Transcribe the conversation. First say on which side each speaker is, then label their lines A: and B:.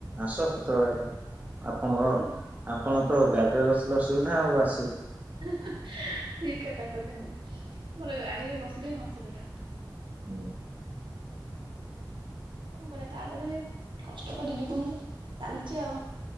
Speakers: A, on the right; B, on the right.
A: ଆସ କେତବେଳେ ହେଲା ଆପଣ
B: ହୁଁ
A: ଆପଣ ତ ଗାଡ଼ିରେ ବସିଲେ ଅସୁବିଧା ଆଉ ଆ
B: ଠିକ କଥା କହିଛନ୍ତି ମୋର ଗାଡ଼ିରେ ବସିଲେ ହିଁ ଅସୁ ସୁବିଧା।
A: ହୁଁ।
B: କଣ କରିବା ତା ଦେହରେ ବି କଷ୍ଟ କରି ଜୀବନରେ ଚାଲିଛି ଆଉ।